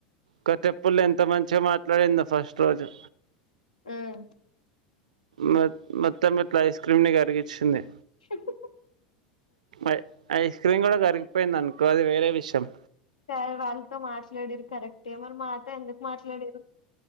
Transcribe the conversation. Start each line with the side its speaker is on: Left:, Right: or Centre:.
Right: కట్టెపుల ఎంత మంచిగా మాట్లాడిందో ఫస్ట్ రోజు
Left: ఉమ్మ్
Right: మొ మొత్తం ఇట్లా ఐస్ క్రీమ్ ని గారిగిచ్చింది
Left: హుహు
Right: ఐ ఐస్ క్రీమ్ గూడ గారిగిపోయింది అనుకో అది వేరే విషయం
Left: సార్ వాళ్ళతో మాట్లాడిరు కరెక్టే మరీ మా అ తో ఎందుకు మాట్లాడిరు